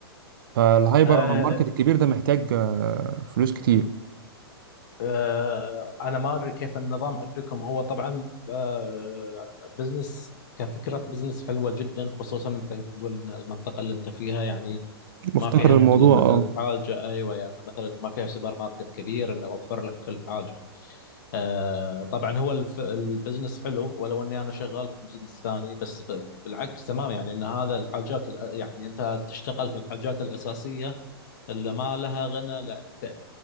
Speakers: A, on the right; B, on the left.
A: فالهايبر
B: آه،
A: او الماركت الكبير ده محتاج آه، فلوس كتير
B: آه، انا ما ادري كيف النظام عندكم هو طبعا آه، بزنس كفكره بزنس حلوه جدا خصوصا انت تقول ان المنطقه اللي انت فيها يعني
A: مفتقر
B: ما فيها مثل
A: الموضوع
B: مثل
A: اه
B: حاجه ايوه يعني مثلا ما فيها سوبر ماركت كبير انه يوفر لك كل حاجه آه، طبعا هو الف- البزنس حلو ولو اني انا شغال في بزنس ثاني بس ب- بالعكس تمام يعني ان هذا الحاجات ال- يعني انت تشتغل في الحاجات الاساسيه اللي ما لها غنى لا ف-